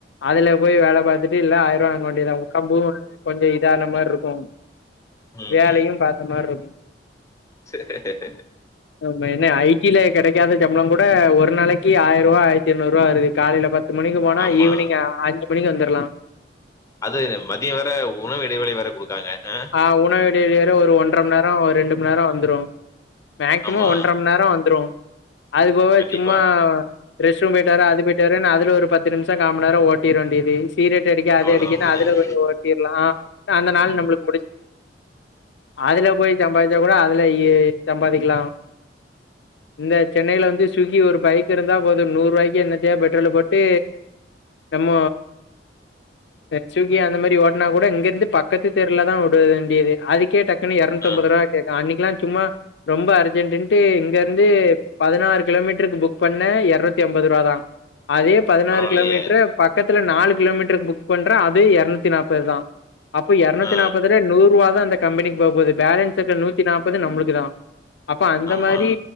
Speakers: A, on the left; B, on the left.
A: அதுல போய் வேல பாத்துட்டு இல்ல ஆயிர்வா வாங்க வேண்டியதா <unintelligible> கொஞ்ச இதான மாரிருக்கு
B: ம்
A: வேலையு
B: ம்
A: பாத்த மாரிருக்கு
B: சரி.
A: நம்ப என்ன ஜ டி ல கெடைக்காத சம்பளம் கூட ஒரு நாளைக்கு ஆயிர்வா ஆயிரத்தி எர்நூறுவா வருது காலைல பத்து மணிக் போனா
B: ஆமா
A: ஈவினிங் அஞ்சு மணிக்கு வந்துர்லா
B: அது மதியோ வேற உணவு இடைவெளி வேற கொடுக்காங்க ஹ
A: ஆ உணவு இடவேல ஒரு ஒன்ற மண்நேரோ ஒரு ரெண்டு மண்நேரோ வந்துரு மேக்சிமம்
B: ஆமா
A: ஒன்றமந்நேரோ வந்துரு அது போக
B: கண்டிப்பா
A: சும்மா ரெஸ்டும் போயிட்டு வர அதுபோய்யிட்டுவரன்னு அது ஒரு பத்து நிமிஷ காமண்நேரோ ஓட்டிர் வேண்டியது சீகரெட் அடிக்க அத
B: அவ்ளோதா
A: அடிக்கன்னு
B: முடிஞ்சுது
A: அதுல கொஞ்ச உரத்தீரலா அந்த நாள் நம்ளுக்கு அதுல போய் சம்பாதிச்சா கூட அதுலயே சம்பாதிக்கலா இன் ஆடியபிள் இந்த சென்னைல வந்து சுவ்கி ஒரு பைக் இருந்தா போது நூறு ரூபாய்க்கு என்னத்தா பெட்ரோல் போட்டு நம்ம சுகி அந்த மாதிரி ஓட்னா கூட இங்க இருந்து பக்கத்து தெ ல தா விடுது வேண்டியதுக்கே அதுக்கே டக்குனு இரநூத்தம்பதுரூபா
B: ஆ
A: கேக்கறா அன்னைக்குலா சும்மா ரொம்ப அர்ஜென்டன்ட்டு இங்க இருந்து பதினாறு கிலோமீட்டருக்கு புக் பண்ண இரநூத்தி ஐம்பது ரூபா தா அதே பதினாறு
B: பரவாயில்லையே
A: கிலோமீட்டர் பக்கத்துல நாலு கிலோமீட்டரு புக் பண்ற அதே இருநூத்தி நாப்பது தா அப்போ
B: ஆ
A: நூத்தி நாற்பதுல நூர்ருவா தா அந்த கம்பெனிக்கு போக போகுது பேலன்ஸ் இருக்க நூத்தி நாற்பது நம்ளுக்கு தா அப்ப அந்த
B: ஆமா
A: மாரி